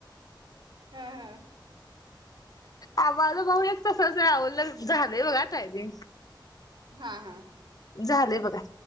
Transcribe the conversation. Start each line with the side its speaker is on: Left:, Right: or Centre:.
Right: ह ह.
Left: आवाला भाऊ एक तसच आवलग झालंय बघा. <unintelligible>
Right: हा हा.
Left: झालंय बघा.